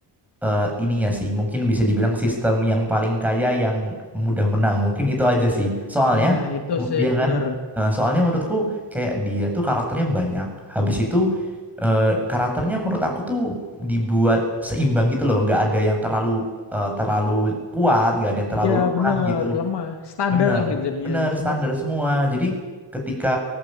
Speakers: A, in the centre; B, on the left.
A: eh, ininya sih. Mungkin bisa dibilang sistem yang paling kaya yang mudah menang. Mungkin itu aja sih. Soalnya,
B: ya itu
A: m-
B: sih
A: ya
B: bener
A: kan? Eh, soalnya menurutku kayak dia tuh karakternya banyak. Habis itu eh, karakternya menurut aku tuh dibuat seimbang gitu loh. Nggak ada yang terlalu eh, terlalu kuat, nggak ada yang terlalu
B: Iya
A: lemah
B: bener,
A: gitu.
B: lemah. Standar
A: Benar,
B: lah gitu jadinya.
A: benar
B: Semua
A: standar
B: s-
A: semua. Jadi ketika